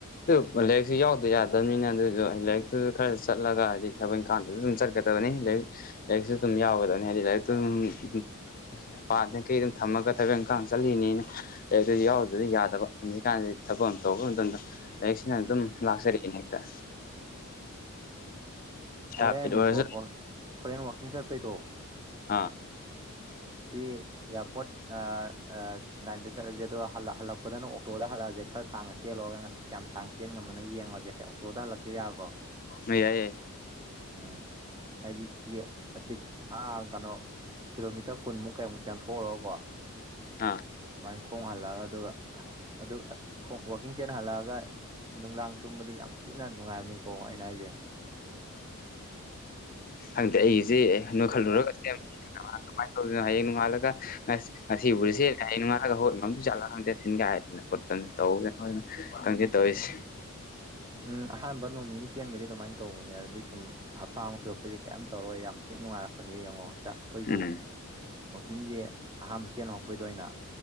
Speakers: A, on the left (about 40°); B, on the right (about 20°).
A: ꯑꯗꯨ ꯂꯥꯏꯔꯤꯛꯁꯤ ꯌꯥꯎꯗ ꯌꯥꯗꯕꯅꯤꯅ ꯑꯗꯨꯁꯨ ꯂꯦꯛ <unintelligible> ꯑꯗꯨꯖꯨ ꯈꯔ ꯆꯠꯂꯒ ꯍꯥꯏꯗꯤ ꯊꯕꯛ ꯏꯪꯈꯥꯡꯗꯨꯁꯨ ꯑꯗꯨꯝ ꯆꯠꯀꯗꯕꯅꯤ ꯗꯩꯩ ꯂꯥꯏꯔꯤꯛꯁꯨ ꯑꯗꯨꯝ ꯌꯥꯎꯒꯗꯕꯅꯤ ꯍꯥꯏꯗꯤ ꯂꯥꯏꯔꯤꯛꯇꯨ ꯑꯗꯨꯝ ꯄꯥꯗꯅ ꯀꯩꯝ ꯊꯝꯃꯒ ꯊꯕꯛ ꯏꯪꯈꯥꯡ ꯆꯠꯂꯤꯅꯤꯅ ꯂꯔꯤꯛꯇꯗꯤ ꯌꯥꯎꯔꯨꯗꯗꯤ ꯌꯥꯗꯕ ꯍꯧꯖꯤꯛꯀꯥꯟꯗꯤ ꯊꯕꯛ ꯑꯃ ꯇꯧꯔꯨꯄ ꯃꯇꯝꯗ ꯂꯥꯏꯔꯤꯛꯁꯤꯅ
B: ꯎꯝ
A: ꯑꯗꯨꯝ ꯂꯥꯛꯆꯔꯛꯏꯅꯦ ꯍꯦꯛꯇ ꯏꯁꯥ
B: ꯍꯣꯔꯦꯟ
A: ꯐꯤꯠ ꯑꯣꯏꯔꯁꯨ
B: ꯋꯥꯛ ꯋꯥꯛ ꯍꯣꯔꯦꯟ ꯋꯥꯛꯀꯤꯡ ꯆꯥꯠꯄꯩꯗꯣ
A: ꯑꯥ
B: ꯁꯤ ꯑꯦꯌꯥꯔꯄꯣꯔꯠ ꯑ ꯑ ꯂꯥꯏꯟꯗ ꯆꯠꯂꯖꯦ ꯑꯗꯨꯒ ꯍꯜꯂꯛ ꯍꯜꯂꯛ ꯈꯣꯗꯅ ꯑꯣꯛꯇꯣꯗ ꯍꯜꯂꯛꯑꯁꯦ ꯈꯔ ꯁꯥꯡꯅ ꯆꯦꯜꯂꯨꯔꯒ ꯉꯁꯤ ꯀꯌꯥꯝ ꯁꯥꯡꯅ ꯆꯦꯟ ꯉꯝꯕꯅꯣ ꯌꯦꯡꯉꯣꯁꯦ ꯑꯦ ꯑꯣꯛꯇꯣꯗ ꯍꯜꯂꯛꯁꯦ ꯌꯥꯕ꯭ꯔꯣ
A: ꯅꯣꯏ ꯌꯥꯏ-ꯌꯥꯏ
B: ꯎꯝ ꯍꯥꯏꯗꯤ ꯑꯁꯤꯗꯥ ꯑꯥ ꯀꯩꯅꯣ ꯀꯤꯂꯣꯃꯤꯇꯔ ꯀꯨꯟꯃꯨꯛ ꯀꯩꯃꯨꯛ ꯆꯦꯟꯊꯣꯔꯣꯑꯣꯀꯣ
A: ꯑꯥ
B: ꯁꯨꯃꯥꯏ ꯈꯣꯡ ꯍꯜꯂꯛꯑꯒ ꯑꯗꯨꯒ ꯑꯁ-ꯑꯁ ꯋꯥꯛꯀꯤꯡ ꯆꯦꯟ ꯍꯜꯂꯛꯑꯒ ꯅꯨꯡꯗꯥꯡ ꯇꯨꯝꯕꯗꯤ ꯌꯥꯝ ꯊꯤꯅ ꯅꯨꯡꯉꯥꯏꯕꯅꯤꯀꯣ ꯑꯩꯅ ꯍꯥꯏꯁꯦ
A: ꯈꯪꯗꯦ ꯑꯩꯒꯤꯁꯤ ꯅꯣꯏ ꯈꯜꯂꯨꯔꯒ ꯀꯃꯥꯏꯅꯥ ꯇꯧꯗꯣꯏꯅꯣ ꯍꯌꯦꯡ ꯅꯣꯡꯉꯥꯂꯒ ꯑꯁ ꯉꯁꯤꯕꯨꯗꯤ ꯆꯦꯜꯂꯦ ꯍꯌꯦꯡ ꯅꯣꯡꯉꯟꯂꯒ ꯍꯧꯒꯠ ꯉꯝꯗꯣꯏꯖꯠꯂꯥ ꯈꯪꯗꯦ ꯊꯤꯟꯒꯥꯏꯗꯅ ꯈꯣꯠꯇꯅ ꯇꯧꯗꯅ ꯂꯣꯏꯅ ꯈꯪꯗꯦ
B: ꯎꯝ
A: ꯇꯧꯔꯤꯁꯤ
B: ꯎꯝ ꯑꯍꯥꯟꯕ ꯅꯣꯡ ꯅꯤꯅꯤ ꯆꯦꯟꯕꯩꯗꯤ ꯑꯗꯨꯃꯥꯏꯅ ꯇꯧꯕꯅꯦ ꯑꯗꯨꯗꯤ ꯁꯨꯝ ꯍꯞꯇꯥ ꯑꯃꯥ ꯁꯨꯔꯛꯄꯩꯗꯩꯩ ꯀꯩꯝ ꯇꯧꯔꯛꯑꯣꯏ ꯌꯥꯝ ꯊꯤꯅ ꯅꯨꯡꯉꯥꯏꯕꯅꯤ ꯑꯗꯩꯩ ꯌꯦꯡꯉꯣ ꯑꯩꯈꯣꯏꯁꯨ
A: ꯎꯝ
B: ꯋꯥꯛꯀꯤꯡꯒꯤ <unintelligible> ꯑꯍꯥꯟꯕ ꯆꯦꯟ ꯍꯧꯔꯛꯄꯩꯗ ꯑꯩꯅꯥ